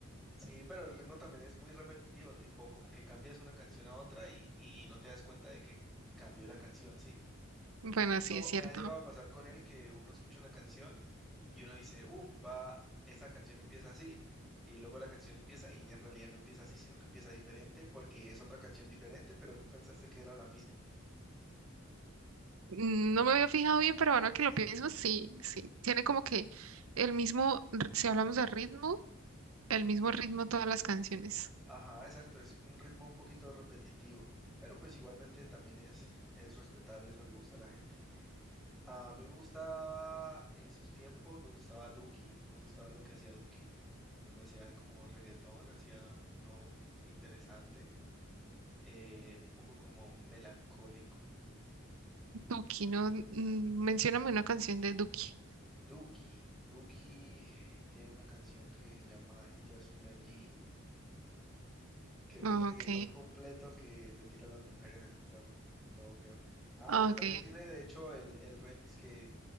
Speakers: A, in the centre; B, on the right.
A: Sí, pero el ritmo también es muy repetitivo, tipo como que cambias una canción a otra y, y no te das cuenta de que cambió la canción, ¿sí?
B: Bueno,
A: Incluso
B: sí, es cierto.
A: me ha llegado a pasar con él que uno escucha una canción y uno dice, uff, va, esa canción empieza así. Y luego la canción empieza y en realidad no empieza así, sino que empieza diferente porque es otra canción diferente, pero tú pensaste que era la misma.
B: No me había fijado bien, pero ahora que lo pienso, sí, sí. Tiene como que el mismo, r- si hablamos de ritmo, el mismo ritmo todas las canciones.
A: Ajá, exacto, es un ritmo un poquito repetitivo, pero pues igualmente también es, es respetable, eso le gusta a la gente. A mí me gustaba en sus tiempos, me gustaba Duki, me gustaba lo que hacía Duki, cuando hacía como reggaetón, hacía no interesante, eh, un poco como melancólico.
B: Duki, ¿no? Mm, Mencióname una canción de Duki.
A: Duki, Duki tiene una canción que se llama Ella es una G, que es
B: Ah,
A: un reggaetón
B: Ok,
A: completo que le tira a las mujeres así todo, todo feo. Ah,
B: Ah,
A: bueno,
B: ok.
A: también tiene de hecho el, el remix que